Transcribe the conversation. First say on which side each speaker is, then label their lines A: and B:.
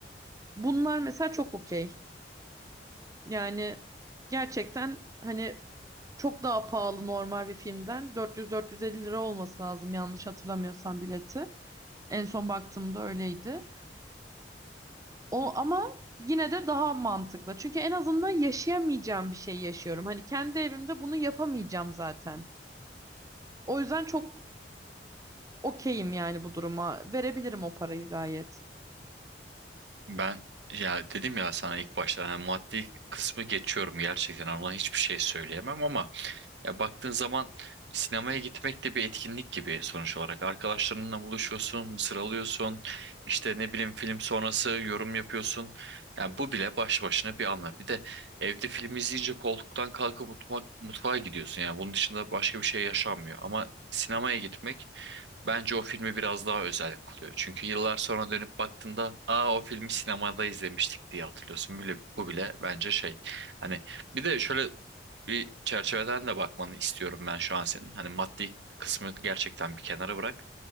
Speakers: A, on the right; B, on the right.
A: Bunlar mesela çok okey. Yani gerçekten hani çok daha pahalı normal bir filmden. 400-450 lira olması lazım yanlış hatırlamıyorsam bileti. En son baktığımda öyleydi. O ama yine de daha mantıklı. Çünkü en azından yaşayamayacağım bir şey yaşıyorum. Hani kendi evimde bunu yapamayacağım zaten. O yüzden çok okeyim yani bu duruma. Verebilirim o parayı gayet.
B: Ben ya dedim ya sana ilk başta hani maddi kısmı geçiyorum gerçekten ama hiçbir şey söyleyemem ama Ya baktığın zaman sinemaya gitmek de bir etkinlik gibi sonuç olarak. Arkadaşlarınla buluşuyorsun, sıralıyorsun, işte ne bileyim film sonrası yorum yapıyorsun. Yani bu bile baş başına bir anlam. Bir de evde film izleyince koltuktan kalkıp mutfak, mutfağa gidiyorsun. Yani bunun dışında başka bir şey yaşanmıyor. Ama sinemaya gitmek bence o filmi biraz daha özel kılıyor. Çünkü yıllar sonra dönüp baktığında aa o filmi sinemada izlemiştik diye hatırlıyorsun. Bile, bu bile bence şey. Hani bir de şöyle bir çerçeveden de bakmanı istiyorum ben şu an senin. Hani maddi kısmı gerçekten bir kenara bırak.